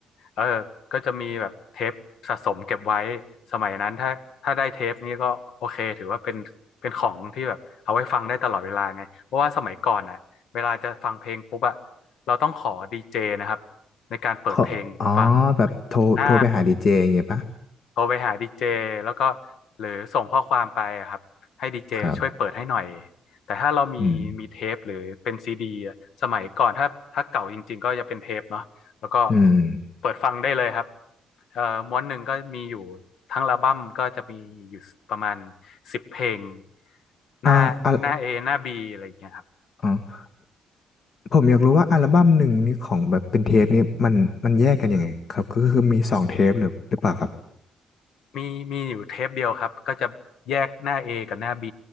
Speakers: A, on the left; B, on the left.
A: เออก็จะมีแบบเทปสะสมเก็บไว้สมัยนั้นถ้าถ้าได้เทปนี้ก็โอเคถือว่าเป็นเป็นของที่แบบเอาไว้ฟังได้ตลอดเวลาไงเพราะว่าสมัยก่อนอ่ะเวลาจะฟังเพลงปุ๊บอะเราต้องขอดีเจนะครับในการเปิดเพลงฟัง
B: เขาอ๋อแบบโทรโทรไปหาดีเจอย่างเงี้ยปะ
A: อ่า โทรไปหาดีเจแล้วก็หรือส่งข้อความไปอะครับให้ดีเจช่วยเปิดให้หน่อย
B: ครับ
A: แต่ถ้าเรามีมีเทปหรือเป็นซีดีอะสมัยก่อนถ้าถ้าเก่าจริงๆก็จะเป็นเทปเนาะแล้วก็
B: อืมอืม
A: เปิดฟังได้เลยครับเอ่อม้วนหนึ่งก็มีอยู่ทั้งอัลบั้มก็จะมีอยู่ประมาณสิบเพลงหน้าหน้า
B: อ่าอ่ะ
A: A หน้า B อะไรอย่างเงี้ยครับ
B: อ๋อ ผมอยากรู้ว่าอัลบั้มหนึ่งนี่ของแบบเป็นเทปนี่มันมันแยกกันยังไงครับก็คือมีสองเทปหรือหรือเปล่าครับ
A: มีมีอยู่เทปเดียวครับก็จะแยกหน้า A กับหน้า B